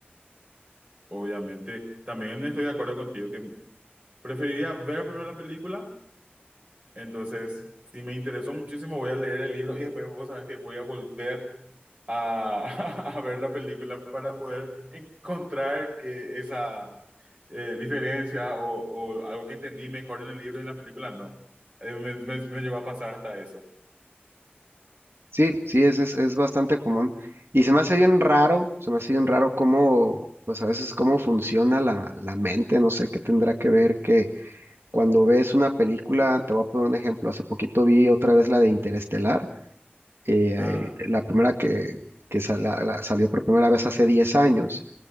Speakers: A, on the right (about 40°); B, on the right (about 80°).
A: Obviamente, también estoy de acuerdo contigo que preferiría ver primero la película. Entonces, si me interesó muchísimo, voy a leer el libro y después vos sabes que voy a volver a, <laughs> a ver la película para poder encontrar que esa eh, diferencia o, o algo que entendí mejor en el libro y en la película no. Eh, me, me, me llegó a pasar hasta eso.
B: Sí, sí, es, es, es bastante común. Y se me hace bien raro, se me hace bien raro cómo, pues a veces cómo funciona la, la mente, no sé qué tendrá que ver que cuando ves una película, te voy a poner un ejemplo, hace poquito vi otra vez la de Interestelar, eh,
A: Ah,
B: eh, la primera que, que sal- la- la- salió por primera vez hace 10 años,